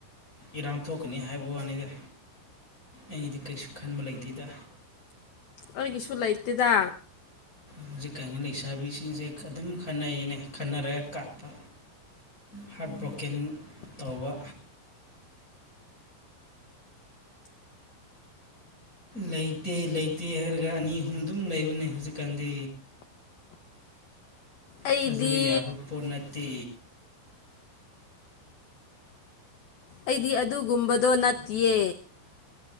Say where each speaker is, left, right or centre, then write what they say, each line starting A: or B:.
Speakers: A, on the left; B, on the left.
A: ꯏꯔꯥꯡ ꯊꯣꯛꯀꯅꯤ ꯍꯥꯏꯕ ꯋꯥꯅꯤꯗ꯫ ꯑꯩꯗꯤ ꯀꯩꯁꯨ ꯈꯟꯕ ꯂꯩꯇꯦꯗ
B: ꯑꯩꯒꯤꯁꯨ ꯂꯩꯇꯦꯗ
A: ꯍꯧꯖꯤꯛꯀꯥꯟꯅ ꯂꯩꯁꯥꯕꯤꯁꯤꯡꯁꯦ ꯑꯗꯨꯝ ꯈꯟꯅꯩꯌꯦꯅꯦ ꯈꯟꯅꯔꯒ ꯀꯥꯞꯄ ꯍꯥꯔꯠ ꯕ꯭ꯔꯣꯀꯦꯟ ꯇꯧꯕ ꯂꯩꯇꯦ ꯂꯩꯇꯦ ꯍꯥꯏꯔꯒ ꯑꯅꯤ ꯑꯍꯨꯝ ꯑꯗꯨꯝ ꯂꯩꯕꯅꯦ ꯍꯧꯖꯤꯛꯀꯥꯟꯗꯤ꯫
B: ꯑꯩꯗꯤ
A: ꯊꯥꯖꯕ ꯌꯥꯕ ꯄꯣꯠ ꯅꯠꯇꯦ
B: ꯑꯩꯗꯤ ꯑꯗꯨꯒꯨꯝꯕꯗꯣ ꯅꯠꯇꯦ꯫